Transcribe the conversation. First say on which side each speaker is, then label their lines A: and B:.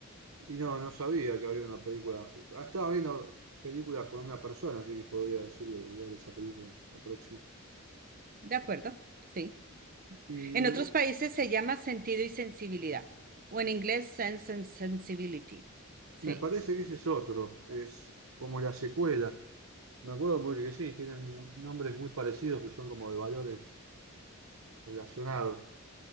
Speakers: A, on the right; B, on the right.
A: y no, no sabía que había una película. Ah, Estaba viendo películas con una persona, así que podría decirle ver esa película la próxima.
B: De acuerdo, sí.
A: Y
B: En otros
A: uh,
B: países se llama sentido y sensibilidad, o en inglés sense and sensibility. Sí.
A: me parece que ese es otro. Es como la secuela. Me acuerdo porque sí, tienen nombres muy parecidos que son como de valores relacionados.